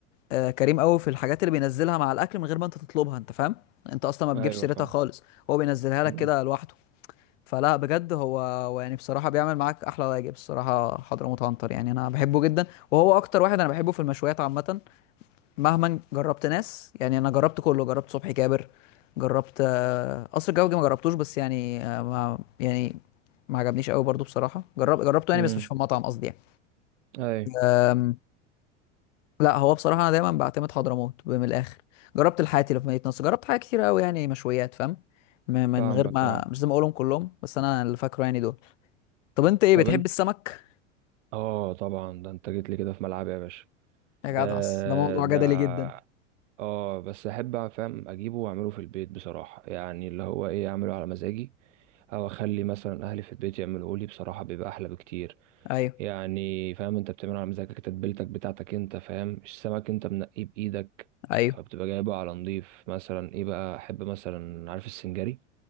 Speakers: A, on the left; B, on the right.
A: آه، كريم قوي في الحاجات اللي بينزلها مع الاكل من غير ما انت تطلبها انت فاهم انت اصلا ما بتجيبش
B: ايوه
A: سيرتها
B: فاهم
A: خالص هو بينزلها لك
B: امم
A: كده لوحده فلا بجد هو هو يعني بصراحه بيعمل معاك احلى واجب الصراحه حضرموت عنتر يعني انا بحبه جدا وهو اكتر واحد انا بحبه في المشويات عامه مهما جربت ناس يعني انا جربت كله جربت صبحي كابر جربت آه، قصر الكبابجي ما جربتوش بس يعني آه، ما يعني ما عجبنيش قوي برضو بصراحه جرب جربته يعني
B: امم
A: بس مش في مطعم قصدي يعني
B: ايوه
A: آم، لا هو بصراحه انا دايما بعتمد حضرموت من الاخر جربت الحاتي اللي في مدينه نصر جربت حاجات كتير قوي يعني مشويات فاهم م- من
B: فاهمك
A: غير ما
B: اه
A: مش لازم اقولهم كلهم بس انا اللي فاكره يعني دول طب انت ايه
B: طب
A: بتحب
B: انت
A: السمك
B: اه طبعا ده انت جيت لي كده في ملعبي يا باشا
A: يا
B: آه
A: جدع أص- ده موضوع
B: ده
A: جدلي جدا
B: اه بس احب فاهم اجيبه واعمله في البيت بصراحه يعني اللي هو ايه اعمله على مزاجي او اخلي مثلا اهلي في البيت يعملوه لي بصراحه بيبقى احلى بكتير
A: ايوه
B: يعني فاهم انت بتعمله على مزاجك تتبيلتك بتاعتك انت فاهم مش سمك انت منقيه بايدك
A: ايوه
B: فبتبقى جايبه على نضيف مثلا ايه بقى احب مثلا عارف السنجاري